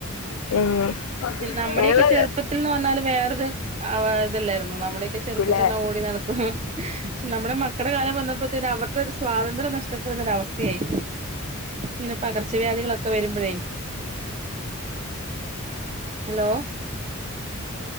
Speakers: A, on the left; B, on the right.
A: ഉം
B: നമ്മുടെയൊക്കെ
A: നിങ്ങളെ
B: ചെറുപ്പത്തിൽന്ന് പറഞ്ഞാല് വേറെ ഇതല്ലരുന്നു നമ്മുടെയൊക്കെ ചെറുപ്പം
A: ക്കുലേ
B: തന്നെ ഓടി നടക്കും നമ്മുടെ മക്കടെ കാലം വന്നപ്പോത്തേ അവരുടെ ഒരു സ്വാതന്ത്ര്യം നഷ്ടപ്പെടുന്നൊരു അവസ്ഥയായി ഇങ്ങനെ പകർച്ചവ്യാധികളൊക്കെ വരുമ്പയ് ഹലോ